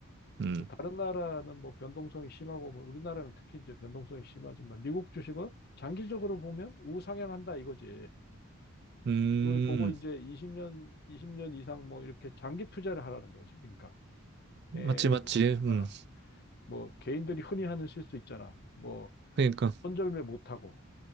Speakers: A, on the right; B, on the left.
A: 음,
B: 그 다른 나라는 뭐 변동성이 심하고 뭐 우리나라는 특히 이제 변동성이 심하지만 미국 주식은 장기적으로 보면 우상향한다 이거지.
A: 음,
B: 그걸 보고 이제 20년, 20년 이상 뭐 이렇게 장기 투자를 하라는 거지. 그러니까
A: 맞지,
B: 괜히
A: 맞지.
B: 뭐,
A: 음,
B: 어, 뭐 개인들이 흔히 하는 실수 있잖아. 뭐
A: 그러니까,
B: 손절매 못하고